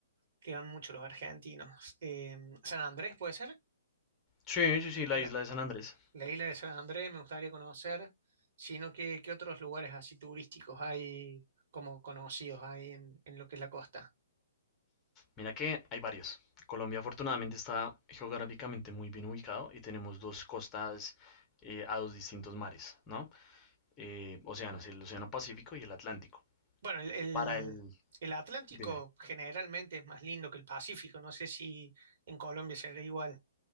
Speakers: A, on the right; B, on the left.
A: que van muchos los argentinos? Em, San Andrés, ¿puede ser?
B: Sí, sí, sí, la
A: La-
B: isla de San Andrés.
A: La isla de San Andrés me gustaría conocer, sino que qué otros lugares así turísticos hay como conocidos hay en, en lo que es la costa.
B: Mira que hay varios. Colombia afortunadamente está geográficamente muy bien ubicado y tenemos dos costas eh, a dos distintos mares, ¿no? eh, océanos, el Océano Pacífico y el Atlántico.
A: Bueno, el, el-
B: Para el...
A: el Atlántico
B: Dime.
A: generalmente es más lindo que el Pacífico, no sé si en Colombia será igual.